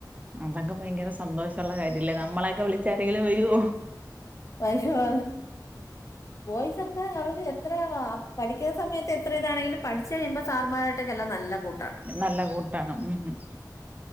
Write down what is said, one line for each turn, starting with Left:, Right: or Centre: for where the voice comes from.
Right: അതൊക്കെ ഭയങ്കര സന്തോഷമുള്ള കാര്യമല്ലേ നമ്മളൊക്കെ വിളിച്ച ആരെങ്കിലും വരോ?
Left: പൈസ വ ബോയ്സ് ഒക്കെ അവര് എത്ര പഠിക്കുന്ന സമയത്ത് എത്ര ഇതാണെങ്കിലും പഠിച്ചു കഴിയുമ്പോ സാർമാരായിട്ടൊക്കെല്ലാം നല്ല കൂട്ടാണ്.
Right: നല്ല കൂട്ടാണ് ഉം